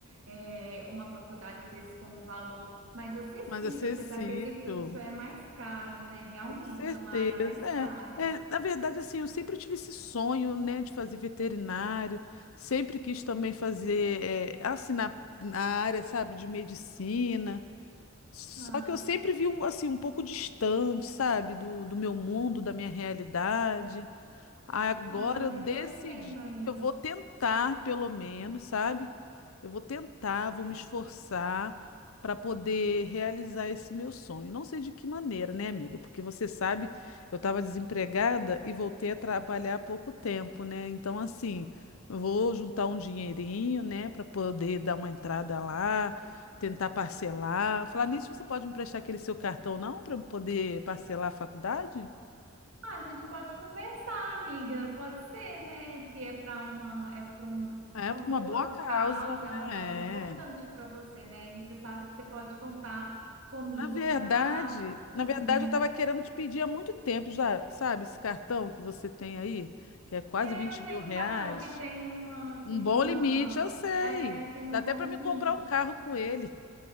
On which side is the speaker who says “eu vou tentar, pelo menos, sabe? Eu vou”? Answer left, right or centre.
Left